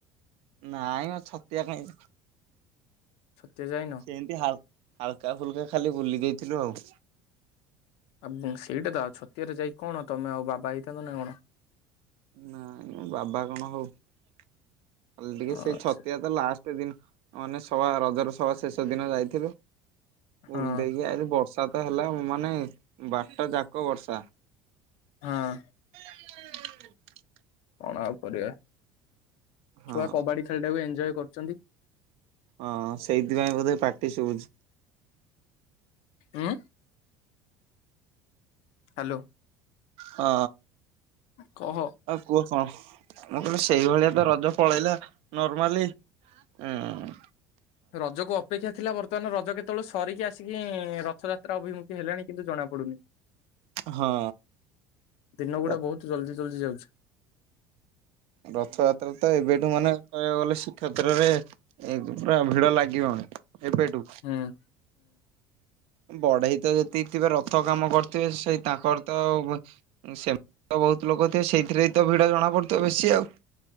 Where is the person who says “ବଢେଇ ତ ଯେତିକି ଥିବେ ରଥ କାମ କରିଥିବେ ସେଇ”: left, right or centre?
Right